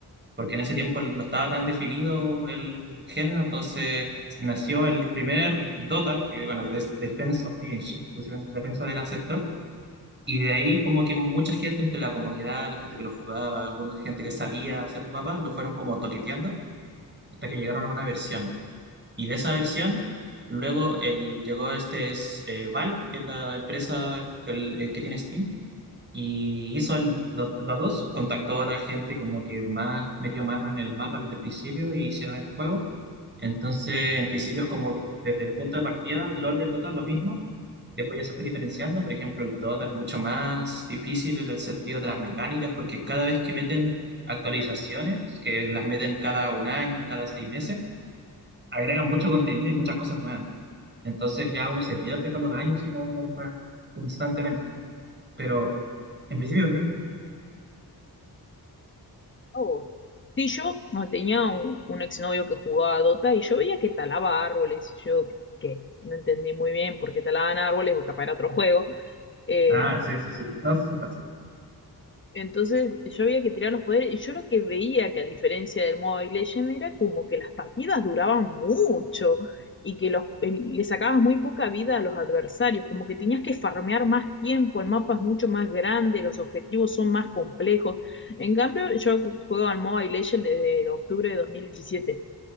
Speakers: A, on the right; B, on the left.
A: porque en ese tiempo no estaba tan definido el género, entonces nació el primer Dota, que bueno, es Defense of the Ancient, Defensa Defensa del Ancestro. Y de ahí como que mucha gente entre la comunidad, la gente que lo jugaba, alguna gente que sabía hacer mapas, lo fueron como toqueteando hasta que llegaron a una versión. Y de esa versión, luego el, llegó este es, eh, Valve, que es la empresa que, el- eh, que tiene Steam, y hizo el Do- Dota dos contactó a la gente como que más metió mano en el mapa desde el principio y hicieron el juego. Entonces, en principio es como desde el punto de partida, LOL y el Dota lo mismo. Después ya se fue diferenciando. Por ejemplo, el Dota es mucho más difícil en el sentido de las mecánicas, porque cada vez que meten actualizaciones, que las meten cada un año, cada seis meses, agregan mucho contenido y muchas cosas nuevas. Entonces ya uno se pierde con los años y no no lo juega constantemente. Pero en principio es lo mismo.
B: Oh. Sí, yo no, tenía un, un exnovio que jugaba a Dota y yo veía que talaba árboles, y yo que no entendí muy bien por qué talaban árboles o capaz era otro juego, Em,
A: Ah, sí, sí, sí. No, sé si pasa.
B: entonces yo había que tirar los poderes y yo lo que veía que a diferencia del Mobile Legend era como que las partidas duraban mucho y que los, el- le sacabas muy poca vida a los adversarios, como que tenías que farmear más tiempo, el mapa es mucho más grande, los objetivos son más complejos. En cambio, yo juego al Mobile Legend desde octubre de dos mil diecisiete